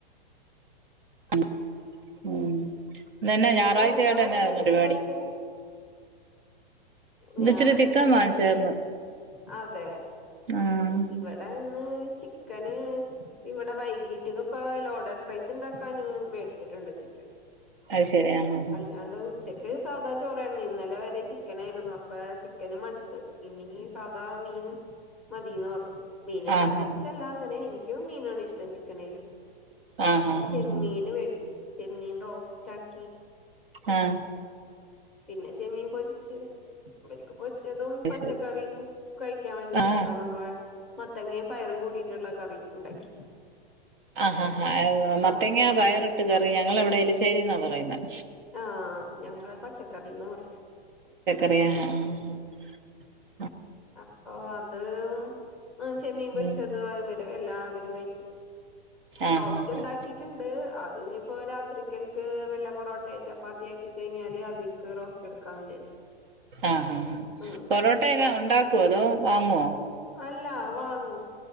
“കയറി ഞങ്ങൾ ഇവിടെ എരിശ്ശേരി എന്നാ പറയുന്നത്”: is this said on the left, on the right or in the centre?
Right